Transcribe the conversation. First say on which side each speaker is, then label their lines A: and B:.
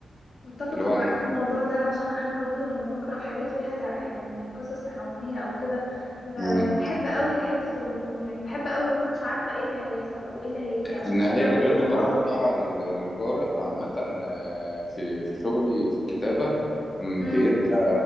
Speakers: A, on the left; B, on the left.
A: متفقة
B: اللي هو
A: معاك في الموضوع ده عشان أنا برضو لما بقرأ حاجات فيها تع... يعني قصص تعاونية أو كده ب...
B: أنا
A: بحب قوي حتة الغموض يعني بحب قوي ما كنتش عارفة إيه اللي هيحصل أو إيه اللي هيجي عشان
B: النهاية
A: أكمل
B: الغير
A: القراءة
B: متوقعة لل- للقارئ عامة آه، في في شغلي في الكتابة م،
A: امم
B: بيبقى